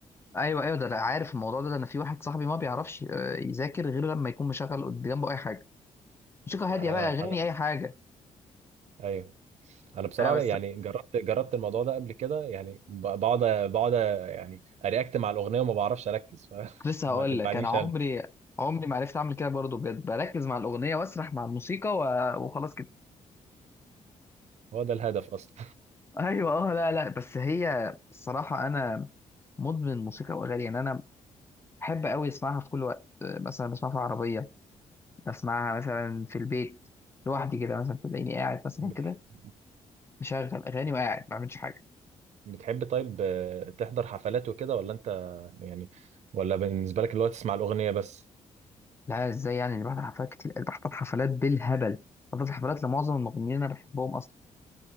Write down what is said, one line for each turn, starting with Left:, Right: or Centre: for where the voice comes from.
Left: ايوه ايوه ده انا عارف الموضوع ده ده انا في واحد صاحبي ما بيعرفش آه، يذاكر غير لما يكون مشغل قد- جنبه اي حاجه موسيقى
Right: انا
Left: هاديه بقى اغاني
Right: انا
Left: اي حاجه
Right: ايوه انا بصراحه
Left: انا بس
Right: يعني جربت جربت الموضوع ده قبل كده يعني ب- بقعد بقعد يعني ارياكت مع الاغنيه وما بعرفش اركز
Left: كنت لسه
Right: فما
Left: هقول
Right: <laughs> تنفعنيش
Left: لك انا عمري
Right: انا
Left: عمري ما عرفت اعمل كده برضه بجد بركز مع الاغنيه واسرح مع الموسيقى و... وخلاص كده
Right: هو ده الهدف اصلا
Left: <laughs> ايوه اه لا لا بس هي الصراحه انا مدمن موسيقى واغاني يعني انا بحب قوي اسمعها في كل وقت آه، مثلا بسمعها في العربيه بسمعها مثلا في البيت لوحدي كده مثلا تلاقيني قاعد مثلا
Right: <laughs>
Left: كده مشغل اغاني وقاعد ما بعملش حاجه
Right: بتحب طيب آه، تحضر حفلات وكده ولا انت يعني ولا بالنسبه لك اللي هو تسمع الاغنيه بس
Left: لا ازاي يعني انا بحضر حفلات كتير بحضر حفلات بالهبل حضرت حفلات لمعظم المغنيين اللي انا بحبهم اصلا